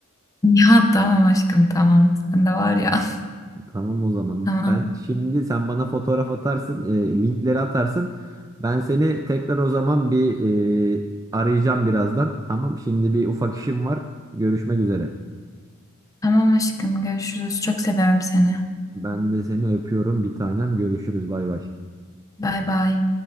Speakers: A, on the left (about 15°); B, on the right (about 15°).
A: Ya tamam aşkım tamam. Sen de var ya. <laughs>
B: Tamam o zaman.
A: Tamam.
B: Ben şimdi sen bana fotoğraf atarsın, e, linkleri atarsın. Ben seni tekrar o zaman bir e, arayacağım birazdan. Tamam şimdi bir ufak işim var. Görüşmek üzere.
A: Tamam aşkım görüşürüz. Çok seviyorum seni.
B: Ben de seni öpüyorum bir tanem. Görüşürüz bay bay.
A: Bay bay.